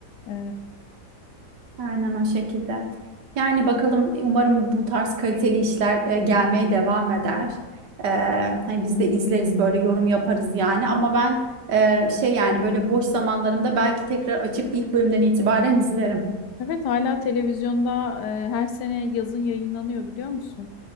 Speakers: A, on the left (about 80°); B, on the right (about 85°).
A: E,
B: Aynen o şekilde. Yani bakalım umarım bu tarz kaliteli işler e, gelmeye devam eder. E, hani biz de izleriz böyle yorum yaparız yani. Ama ben e, şey yani böyle boş zamanlarımda belki tekrar açıp ilk bölümden itibaren izlerim.
A: Evet hala televizyonda e, her sene yazın yayınlanıyor biliyor musun?